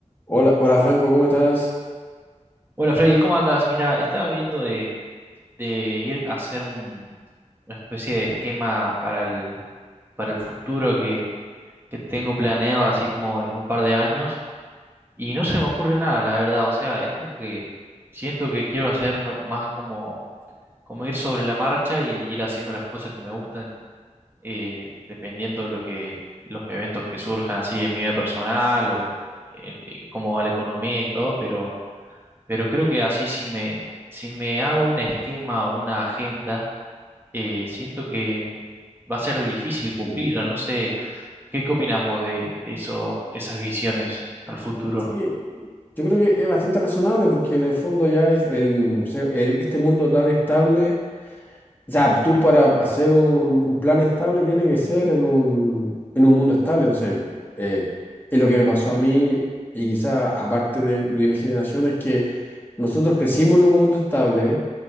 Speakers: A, on the left; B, on the right.
A: Hola, hola Franco, ¿cómo estás?
B: Hola Freddy, ¿cómo andas? Mira, estaba viendo de, de ir a hacer un- una especie de esquema para el, para el futuro que, que tengo planeado, así como en un par de años, y no se me ocurre nada, la verdad. O sea, es como que siento que quiero hacer ma- más como, como ir sobre la marcha y ir haciendo las cosas que me gustan, eh, dependiendo de lo que, los eventos que surjan así en mi vida personal o eh, eh, cómo va la economía y todo, pero. Pero creo que así si me, si me hago un esquema o una agenda, eh, siento que va a ser difícil cumplirla.
A: Mm,
B: No sé, ¿qué, qué opinás vos de, de eso, esas visiones al futuro?
A: Sí, yo creo que es bastante razonable porque en el fondo ya es el, o sea, el- este mundo tan estable, o sea, tú para hacer un, un plan estable tiene que ser en un, en un mundo estable, no sé, eh, es lo que me pasó a mí y quizá aparte de, de mi generación es que nosotros crecimos en un mundo estable,